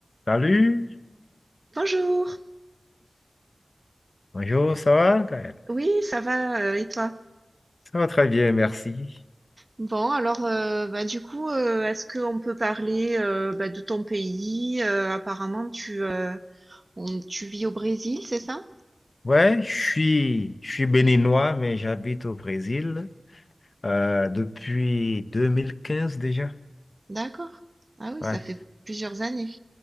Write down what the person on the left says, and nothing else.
Salut,
bonjour, ça va, Gaël?
Ça va très bien, merci.
Ouais, je suis, je suis béninois, mais j'habite au Brésil euh, depuis 2015 déjà.
Ouais,